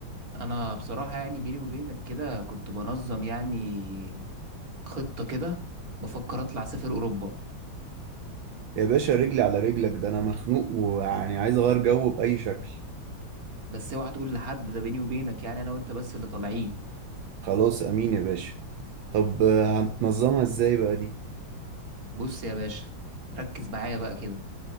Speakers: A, on the right; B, on the right.
A: انا بصراحه يعني بيني وبينك كده كنت بنظم يعني خطه كده بفكر اطلع اسافر اوروبا
B: يا باشا رجلي على رجلك ده انا مخنوق ويعني عايز اغير جو بأي شكل
A: بس اوعى تقول لحد ده بيني وبينك يعني انا وانت بس اللي طالعين
B: خلاص امين يا باشا طب آه، هنتنظمها ازاي بقى دي
A: بص يا باشا ركز معايا بقى كده